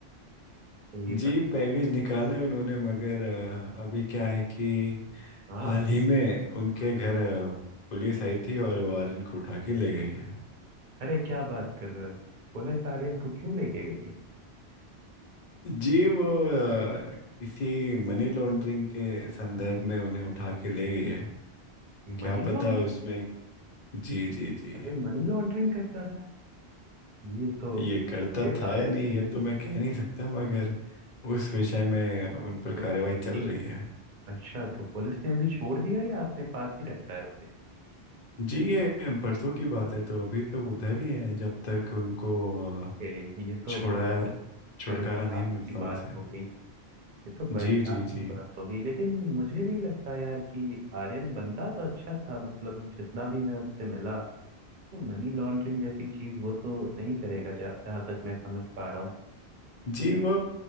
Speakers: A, on the right; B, on the left.
A: तो ये
B: जी
A: पता
B: पैकेज
A: क्या
B: निकाले उन्होंने मगर अ, अभी क्या है कि
A: हाँ
B: हाल ही में उनके घर अ, पुलिस आई थी और वो आर्यन को उठा के ले गई है
A: अरे क्या बात कर रहे हो पुलिस आर्यन को क्यों लेके गई है
B: जी वो अ, किसी मनी लॉन्ड्रिंग के संदर्भ में उन्हें उठा के ले गई है क्या
A: Money
B: पता
A: laundering
B: उसमें जी जी जी
A: अरे मनी लॉन्ड्रिंग करता था ये तो
B: ये
A: बड़ी
B: करता
A: गंभीर
B: था या नहीं ये तो मैं कह नहीं सकता मगर उस विषय में उन पर
A: बात
B: कार्रवाई चल रही है
A: अच्छा तो पुलिस ने अभी छोड़ दिया या अपने पास ही रखा है उसे
B: जी ये परसों की बात है तो अभी तो उधर ही है जब तक उनको अ,
A: ए, ये तो
B: छोड़ाया
A: बड़ी
B: छुटकारा
A: परेशान
B: नहीं मिलता
A: की
B: वहां
A: बात
B: से
A: हो गई ये तो परेशान
B: जी जी जी
A: की बात हो गई लेकिन मुझे नहीं लगता यार कि आर्यन बंदा तो अच्छा था मतलब जितना भी मैं उससे मिला वो मनी लॉन्ड्रिंग जैसी चीज वो तो नहीं करेगा जा, जहां तक मैं समझ पा रहा हूँ
B: जी वो